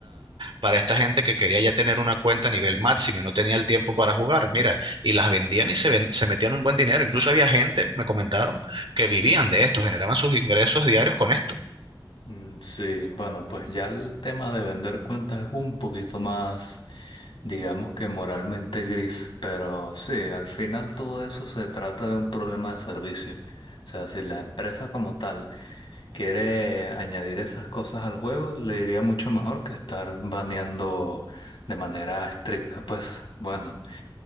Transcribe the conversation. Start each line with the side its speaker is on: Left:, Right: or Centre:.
Right: para esta gente que quería ya tener una cuenta a nivel máximo y no tenía el tiempo para jugar, mira, y las vendían y se, ven- se metían un buen dinero. Incluso había gente, me comentaron, que vivían de esto, generaban sus ingresos diarios con esto.
Left: Mm, Sí, bueno, pues ya el tema de vender cuentas es un poquito más, digamos que moralmente gris, pero sí, al final todo eso se trata de un problema de servicio. O sea, si la empresa como tal quiere añadir esas cosas al juego, le iría mucho mejor que estar baneando de manera estricta. Pues bueno,